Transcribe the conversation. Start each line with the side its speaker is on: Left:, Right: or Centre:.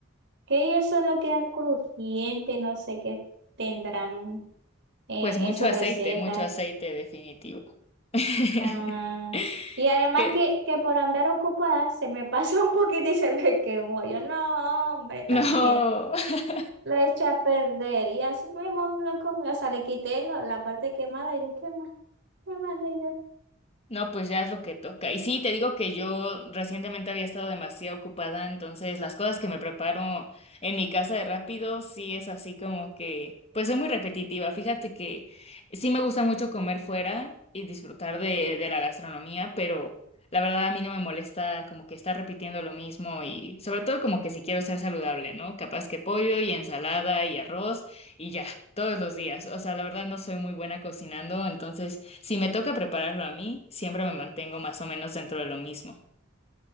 Right: Que ellos solo quedan crujientes, no sé qué tendrán eh,
Left: Pues
Right: en
Left: mucho
Right: su receta.
Left: aceite, mucho aceite definitivo. <laughs>
Right: Ah, y además
Left: Que
Right: que, que por andar ocupada se me <laughs> pasó un poquito y se me quemó. Yo, no, hombre, también.
Left: no. <laughs>
Right: Lo eché a perder y así mi mamá me lo comió. O sea, le quité lo- la parte quemada y yo, ¿qué más? ¿Qué más? de ello?
Left: No, pues ya es lo que toca. Y sí, te digo que yo recientemente había estado demasiado ocupada, entonces las cosas que me preparo en mi casa de rápido, sí es así como que, pues soy muy repetitiva. Fíjate que sí me gusta mucho comer fuera y disfrutar de, de la gastronomía, pero la verdad a mí no me molesta como que estar repitiendo lo mismo y sobre todo como que si quiero ser saludable, ¿no? Capaz que pollo y ensalada y arroz y ya, todos los días. O sea, la verdad no soy muy buena cocinando, entonces... Si me toca prepararlo a mí, siempre me mantengo más o menos dentro de lo mismo.